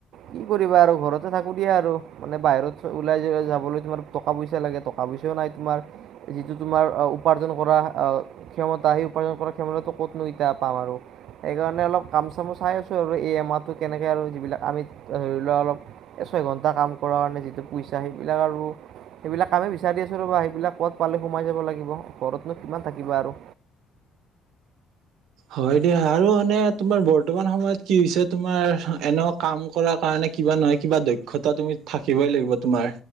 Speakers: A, on the right; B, on the right.
A: কি কৰিবা আৰু ঘৰতে থাকো দিয়া আৰু মানে বাহিৰত ওলাই যাবলৈ তোমাৰ টকা পইচা লাগে, টকা। পইচাও নাই তোমাৰ, যিটো তোমাৰ উপাৰ্জন কৰা ক্ষমতা আহি উপাৰ্জন কৰা ক্ষমতাটো ক'তনো এতিয়া পাম আৰু, সেইকাৰণে অলপ কাম চামো চাই আছো আৰু। ই এ মাৰ টো কেনেকে আৰু যিবিলাক আমি ধৰিলোৱা অলপ এ ছইঘণ্টা কাম কৰা কাৰণে যিটো পইচা সেই। আৰু সেইবিলাক কামেই বিচাৰি আছোঁ ৰ'বা সেইবিলাক ক'ত পালে সোমাই যাব লাগিব, ঘৰতনো কিমান। থাকিবা আৰু।
B: হয় দিয়া আৰু মানে তোমাৰ বৰ্তমান সময়ত কি হৈছে তোমাৰ এনে কাম কৰাৰ কাৰণে। কিবা নহয় কিবা দক্ষতা তুমি থাকিবই লাগিব তোমাৰ,